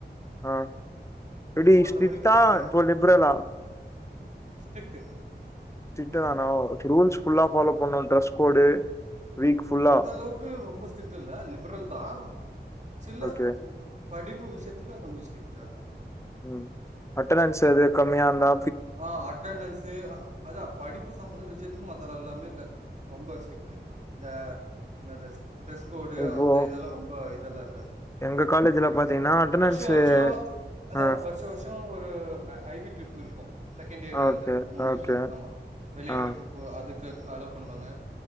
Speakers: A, on the left (about 15°); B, on the right (about 40°).
A: ஆ எப்டி
B: மத்தபடிக்கு
A: ஸ்டிட்டா?
B: ஆன்
A: இப்போ லிப்ரலா?
B: ஸ்ட்ரிக்ட்
A: ஸ்ட்ரிக்ட்டு தானோ ஓகே ரூல்ஸ் ஃபுல்லா ஃபாலோ பண்ணு ட்ரெஸ் கோடு வீக் ஃபுல்லா
B: அந்தளவுக்கு ரொம்ப ஸ்ட்ரிக்ட் இல்ல லிபரல் தா சில
A: ஓகே
B: படிப்பு விஷயத்துல கொஞ்சொ ஸ்ட்ரிக்டா இரு
A: ம் அட்டனன்ஸ் எது கம்மியாருந்தா
B: ஆ அட்டனன்ஸு அதா படிப்பு சம்பந்த விஷ்யத்துக்கு மத்தது எல்லாமே ரொம்ப ஸ்டிக்கு இந்த என்னது ட்ரெஸ் கோடு
A: இப்போ
B: அந்த இதெல்லா ரொம்ப இதெல்லா இருக்காது
A: எங்க காலேஜ்ல பாத்தீங்கன்னா அட்டனன்ஸு
B: வர்ஷொ வர்ஷொ அதா
A: ஆ
B: வர்ஷொ வர்ஷொ ஒரு ஐ வி ட்ரிப் இருக்கு செகண்ட் இயர்லெந்து
A: ஓகே
B: மூணு
A: ஓகே
B: வருஷ ஆமா வெளிய
A: ஆ
B: ட்ரிப்பு போ அ துக்கத் அலோ பண்ணுவாங்க